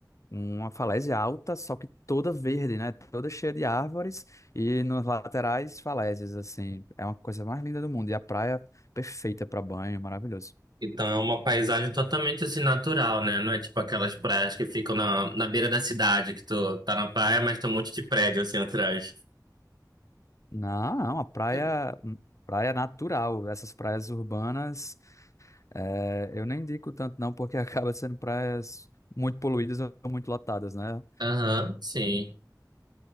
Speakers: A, on the left; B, on the right.
A: uma falésia alta, só que toda verde, né? Toda cheia de árvores e nos laterais falésias, assim. É uma coisa mais linda do mundo. E a praia perfeita para banho, maravilhoso.
B: Então é uma paisagem totalmente assim natural, né? Não é tipo aquelas praias que ficam na, na beira da cidade, que tu tá na praia, mas tem um monte de prédio assim atrás.
A: Não, não, a praia,
B: Eu-
A: praia natural. Essas praias urbanas, é, eu nem indico tanto não, porque <laughs> acaba sendo praias muito poluídas ou muito lotadas, né?
B: Aham, sim.